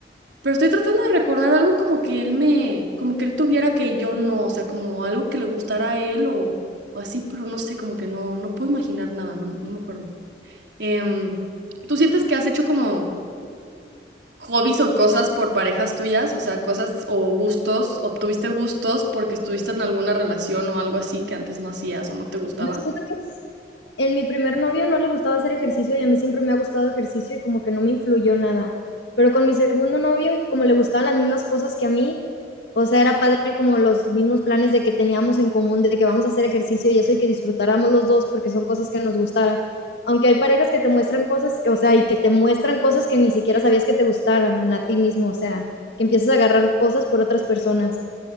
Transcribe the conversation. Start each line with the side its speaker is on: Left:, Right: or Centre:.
Right: pero estoy tratando de recordar algo como que él me, como que él tuviera que yo no, o sea, como algo que le gustara a él o, o así, pero no sé, como que no, no puedo imaginar nada, no, no me acuerdo. Em, ¿tú sientes que has hecho como hobbies o cosas por parejas tuyas, o sea, cosas o gustos, obtuviste gustos porque estuviste en alguna relación o algo así que antes no hacías o no te gustaba.
Left: Yo siento que es en mi primer novio no le gustaba hacer ejercicio y a mí siempre me ha gustado ejercicio y como que no me influyó nada. Pero con mi segundo novio, como le gustaban las mismas cosas que a mí, o sea, era padre como los mismos planes de que teníamos en común, de que vamos a hacer ejercicio y eso y que disfrutáramos los dos porque son cosas que nos gustara. Aunque hay parejas que te muestran cosas, que, o sea, y que te muestran cosas que ni siquiera sabías que te gustaran a ti mismo, o sea, que empiezas a agarrar cosas por otras personas.